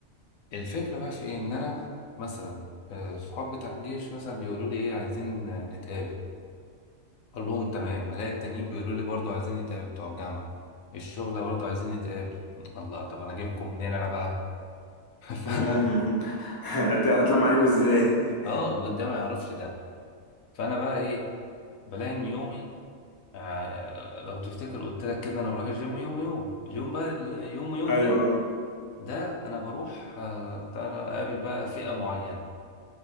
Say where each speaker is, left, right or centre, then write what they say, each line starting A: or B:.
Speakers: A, on the left (about 75°); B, on the left (about 20°).
A: الفكرة بقى في إيه إن أنا مثلا آه، صحاب بتاع الجيش مثلا بيقولوا لي إيه عايزين آه، نتقابل أقول لهم تمام ألاقي التانيين بيقولوا لي برضه عايزين نتقابل بتوع الجامعة الشغل برضه عايزين نتقابل الله طب أنا أجيبكم منين أنا بقى <laughs>
B: <laughs>
A: فأنا
B: هت- هتلم عليكوا ازاي <laughs>
A: آه وده ما يعرفش ده فأنا بقى إيه بلاقي إن يومي آه، لو تفتكر قلت لك كده أنا بروح الجيم يوم ويوم يوم بقى اليوم ويوم
B: ايوه
A: ده ده انا بروح آه، بتاع ده، اقابل بقى فئة معينة